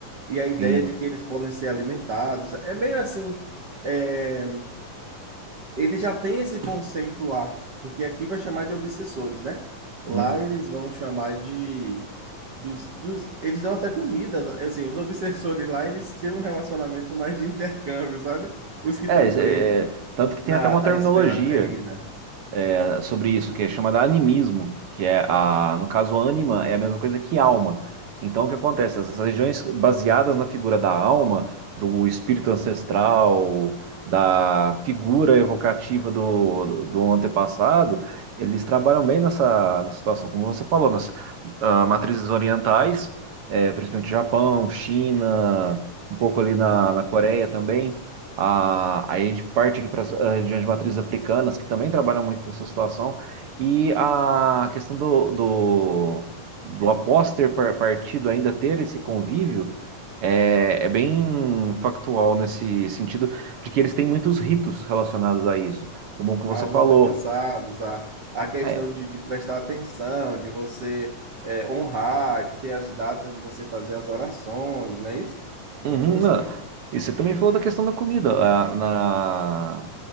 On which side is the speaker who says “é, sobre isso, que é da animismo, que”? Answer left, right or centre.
Right